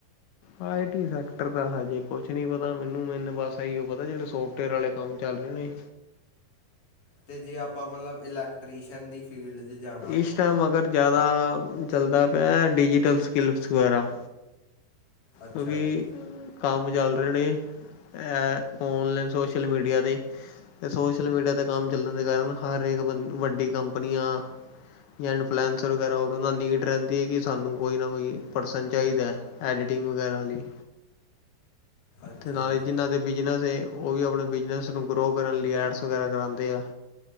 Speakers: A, on the left; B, on the left.
A: ਆਈ ਟੀ ਸੈਕਟਰ ਦਾ ਹਜੇ ਕੋਛ ਨੀ ਪਤਾ ਮੈਨੂੰ। ਮੈਨੂੰ ਬਸ ਐਈਯੋ ਪਤੈ ਜੇੜੇ ਸੋਫਟਵੇਅਰ ਆਲੇ ਕੰਮ ਚੱਲ ਰੇ ਨੇ
B: ਤੇ ਜੇ ਆਪਾਂ ਮਤਲਬ ਇਲੈਕਟ੍ਰੀਸ਼ੀਅਨ ਦੀ ਫੀਲਡ 'ਚ ਜਾ
A: ਇਸ ਟੈਮ ਅਗਰ ਜਿਆਦਾ ਚਲਦਾ ਪਿਐ ਡਿਜ਼ੀਟਲ ਸਕਿਲਸ ਵਗੈਰਾ
B: ਅੱਛਾ
A: ਪ ਵੀ
B: ਜੀ
A: ਕੰਮ ਚੱਲ ਰਹੇ ਨੇ ਐ ਓਨਲਾਈਨ ਸੋਸ਼ਲ ਮੀਡੀਆ 'ਤੇ। ਐ ਸੋਸ਼ਲ ਮੀਡੀਆ 'ਤੇ ਕੰਮ ਚੱਲਨ ਦੇ ਕਾਰਨ, ਹਰ ਏਕ ਬੰ ਵੱਡੀ ਕੰਪਨੀਆਂ ਯਾਂ ਇਨਫਲੂਐਸਰ ਵਗੈਰਾ ਹੋ ਗਿਆ, ਓਨਾਂ ਨੂੰ ਨੀਡ ਰੈਂਦੀ ਏ ਕਿ ਸਾਨੂੰ ਕੋਈ ਨਾ ਕੋਈ ਪਰਸਨ ਚਾਈਦੈ। ਐਡੀਟਿੰਗ ਵਗੈਰਾ ਲਈ
B: ਅੱਛਾ
A: ਤੇ ਨਾਲੇ
B: ਜੀ
A: ਜਿੰਨਾਂ ਦੇ ਬਿਜਨਸ ਏ ਓ ਵੀ ਆਪਨੇ ਬਿਜਨਸ ਨੂੰ ਗਰੋ ਕਰਨ ਲਈ ਐਡਸ ਵਗੈਰਾ ਕਰਾਂਦੇ ਆ।